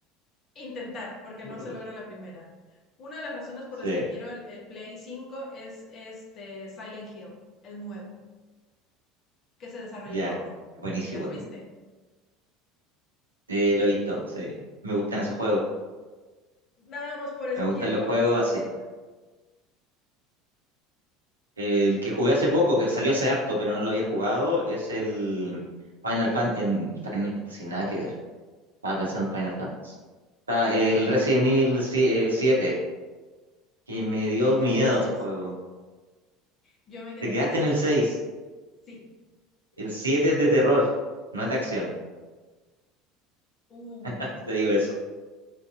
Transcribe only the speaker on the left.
Intentar, porque
no se logra la primera. Una de las razones por
las que quiero el, el Play 5 es este Silent Hill, el nuevo, que se desarrolla
en Japón.
¿Ya lo viste?
Nada más por eso
quiero
esa
consola.
Me quedé
en el 6.
Yo me quedé
en el 6.
Sí.
Uy.